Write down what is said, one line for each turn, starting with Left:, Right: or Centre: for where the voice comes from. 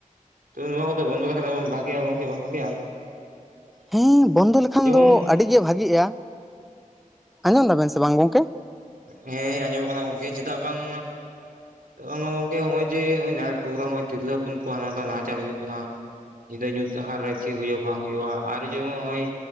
Right: ᱛᱚᱵᱮ ᱱᱚᱣᱟ ᱠᱚᱫᱚ ᱵᱚᱱᱫᱚ ᱞᱮᱠᱷᱟᱱ ᱫᱚ ᱵᱟᱝ ᱵᱷᱟᱜᱤᱜ-ᱟ ᱜᱚᱝᱠᱮ ᱵᱟᱝ ᱵᱷᱟᱜᱤᱜᱼᱟ᱾
Centre: ᱦᱮᱸ ᱵᱚᱱᱫᱚ ᱞᱮᱠᱷᱟᱱ
Right: ᱡᱮᱢᱚᱱ
Centre: ᱫᱚ ᱟᱹᱰᱤ ᱜᱮ ᱵᱷᱟᱜᱤᱜᱼᱟ, ᱟᱸᱡᱚᱢ ᱮᱫᱟᱵᱮᱱ ᱥᱮ ᱵᱟᱝ ᱜᱚᱝᱠᱮ᱾
Right: ᱦᱮᱸ ᱟᱸᱡᱚᱢᱚᱜ ᱠᱟᱱᱟ ᱜᱚᱝᱠᱮ ᱪᱮᱫᱟᱜ ᱵᱟᱝ ᱦᱚᱸᱜᱚᱭ ᱜᱚᱝᱠᱮ ᱦᱚᱸᱜᱚᱭ ᱡᱮ ᱱᱟᱭᱤᱴ ᱯᱨᱳᱜᱨᱟᱢ ᱛᱤᱨᱞᱟᱹ ᱦᱚᱯᱚᱱ ᱠᱚᱣᱟᱜ ᱦᱟᱱᱟ ᱱᱟᱦᱟᱪᱟᱨ ᱦᱩᱭᱩᱜ ᱠᱟᱱᱟ᱾ ᱧᱤᱫᱟᱹ ᱧᱩᱛ ᱰᱟᱦᱟᱨ ᱨᱮ ᱪᱮᱫ ᱦᱩᱭᱩᱜᱼᱟ ᱵᱟᱝ ᱦᱩᱭᱩᱜᱼᱟ ᱟᱨ ᱡᱮᱢ ᱱᱚᱜᱼᱚᱭ